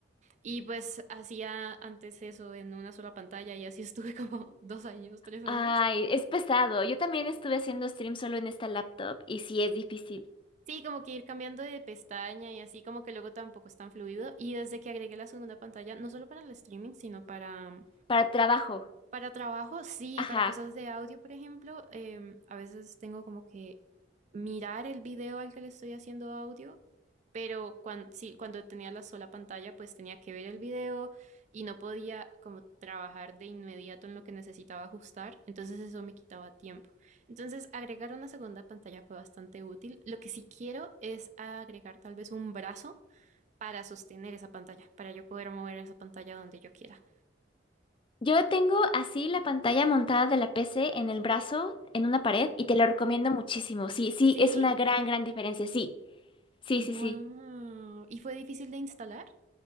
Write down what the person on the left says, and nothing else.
Ay, es pesado. Yo también estuve haciendo stream solo en esta laptop y sí es difícil.
Para trabajo,
ajá.
Yo tengo así la pantalla montada de la PC en el brazo, en una pared,
y te lo recomiendo muchísimo. Sí, sí,
es una gran, gran diferencia. Sí, sí,
sí, sí.